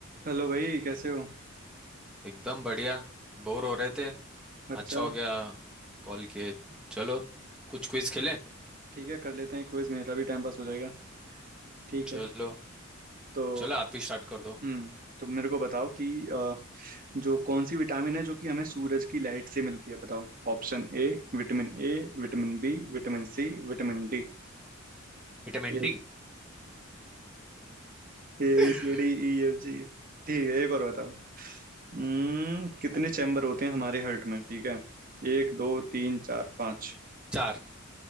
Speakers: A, on the right; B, in the centre.
A: हेलो भाई कैसे हो
B: एकदम बढ़िया बोर हो रहे थे
A: अच्छा
B: अच्छा हो गया कॉल किए चलो कुछ क्विज खेलें
A: ठीक है कर लेते हैं क्विज मेरा भी टाइम पास हो जाएगा ठीक
B: चलो
A: है तो
B: चलो आप ही स्टार्ट कर दो
A: हम्म तो मेरे को बताओ कि अ, जो कौन सी विटामिन है जो कि हमें सूरज की लाइट से मिलती है बताओ option A vitamin A vitamin B vitamin C vitamin D
B: Vitamin
A: A
B: D
A: <laughs> A
B: <laughs>
A: B C D E F G ठीक है एक और बताओ हम्म कितने चैम्बर होते हैं हमारे हर्ट में ठीक है एक दो तीन चार पाँच
B: चार